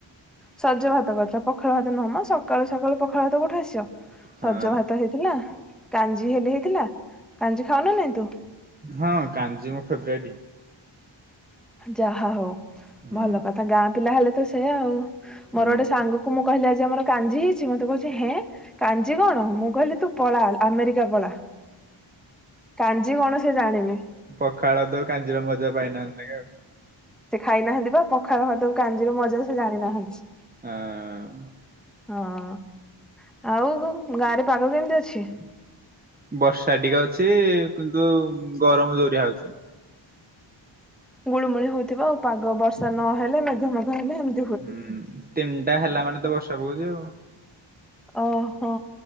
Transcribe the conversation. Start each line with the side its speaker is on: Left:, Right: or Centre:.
Centre: ସଜ ଭାତ କରିଥିଲା ପଖାଳ ଭାତ ନୁହଁ ସକାଳୁ ସକାଳୁ ପଖାଳ ଭାତ କଉଠି ଆସିବ।
Right: ହଁ
Centre: ସଜ ଭାତ ହେଇଥିଲା କାଞ୍ଜି ହେଲେ ହେଇଥିଲା କାଞ୍ଜି ଖାଉନ ନାଇଁ ତୁ।
Right: ହଁ କାଞ୍ଜି ମୋ ଫେବ୍ରାଇଟ୍।
Centre: ଯାହା ହଉ
Right: ହୁଁ
Centre: ଭଲ କଥା ଗାଁ ପିଲା ହେଲେ ତ ସେୟା ଆଉ।
Right: ହୁଁ
Centre: ମୋର ଗୋଟେ ସାଙ୍ଗ କ ମୁଁ କହିଲି ଆଜି ଆମର କାଞ୍ଜି ହେଇଛି ମତେ କହୁଛି ହେଁ କାଞ୍ଜି କଣ ମୁଁ କହିଲି ତୁ ପଳା ଆମେରିକା ପଳା କାଞ୍ଜି କଣ ସେ ଜାଣିନି।
Right: ପଖାଳ ଦଉ କାଞ୍ଜି ର ମଜା ପାଇନାହାନ୍ତି ଆଉ।
Centre: ସେ ଖାଇ ନାହାନ୍ତି ବା ପଖାଳ ଭାତକୁ କାଞ୍ଜି ର ମଜା ସେ ଜାଣିନାହାନ୍ତି।
Right: ହ ଆଁ
Centre: ହଁ ଆଉ ଗାଁରେ ପାଗ କେମିତି ଅଛି?
Right: ବର୍ଷା ଟିକେ ଅଛି କିନ୍ତୁ ଗରମ ଜୋରିଆ ହଉଛି।
Centre: ଗୁଳୁମୁଳି ହଉଥିବ ଆଉ ପାଗ ବର୍ଷା ନ ହେଲେ ମେଘ ମେଘ ହେଲେ ଏମ
Right: ହୁଁ ତିନିଟା ହେଲା ମାନେ ତ ବର୍ଷା ପକଉଛ ଆଉ।
Centre: ଓହୋ